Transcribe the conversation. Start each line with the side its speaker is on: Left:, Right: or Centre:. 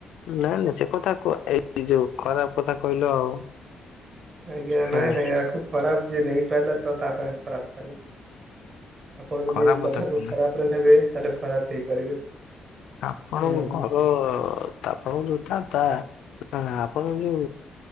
Left: ନାଆ ନା ସେ କଥା କ ଏଇ ଯୋଉ ଖରାପ କଥା କହିଲ ଆଉ
Right: ଆଜ୍ଞା
Left: ହେଲା
Right: ନାଇଁ ନାଇଁ ଆକୁ ଖରାପ ଯିଏ ନେଇପାଲା ତ ତା ପାଇଁ ଖରାପ ହେଲା। ଆପଣ ଯଦି
Left: ଖରାପ
Right: କଥାକୁ
Left: କଥା କୁହନା।
Right: ଖରାପ ରେ ନେବେ ତାହେଲେ ଖରାପ ହେଇପାରିବେ।
Left: ଆପଣଙ୍କୁ
Right: ହୁଁ।
Left: ଘର ଆପଣଙ୍କୁ ଯୋଉ ଦାଦା ଆ ଆପଣ ଜଉ